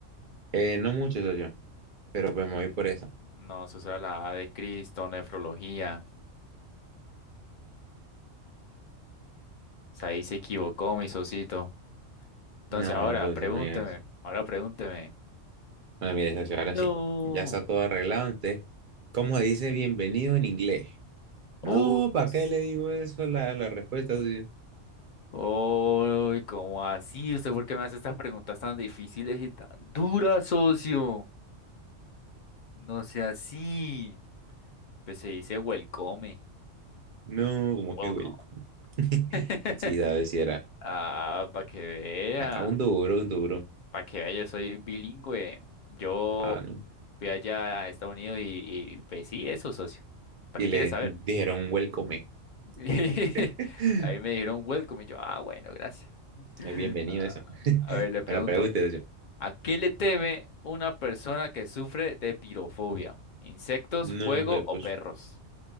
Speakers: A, on the right (about 45°); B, on the left (about 55°).
A: Eh, no mucho, socio, pero pues me voy por eso.
B: No, eso será la A de Cristo, nefrología. O sea, ahí se equivocó mi socito. Entonces
A: No,
B: ahora,
A: socio,
B: pregúnteme,
A: no digas eso.
B: ahora pregúnteme.
A: Bueno, mire, socio,
B: No.
A: ahora sí. Ya está todo arreglado, entonces, ¿cómo dice bienvenido en inglés? No,
B: Uy,
A: ¿para
B: s-
A: qué le digo eso? La, la respuesta, socio.
B: uy, ¿cómo así? ¿Usted por qué me hace estas preguntas tan difíciles y tan duras, socio? No sea así. Pues se dice welcome.
A: No, como
B: Welcome.
A: que welcome. <laughs>
B: <laughs>
A: Sí, sabes si era.
B: Ah, para que vea.
A: A a un duro, un duro.
B: Para que vea, yo soy bilingüe. Yo
A: Ah, no.
B: fui allá a Estados Unidos y, y pues sí, eso, socio. ¿Para
A: Y
B: qué
A: le
B: quieres saber?
A: dijeron welcome. <laughs>
B: <laughs> Ahí me dijeron welcome y yo, ah, bueno, gracias. <laughs>
A: Eh, Bienvenido
B: Ah,
A: eso. <laughs>
B: a ver, le pregunto.
A: Ahora pregúntese yo.
B: ¿A qué le teme una persona que sufre de pirofobia? ¿Insectos,
A: No,
B: fuego
A: eh, pues,
B: o perros?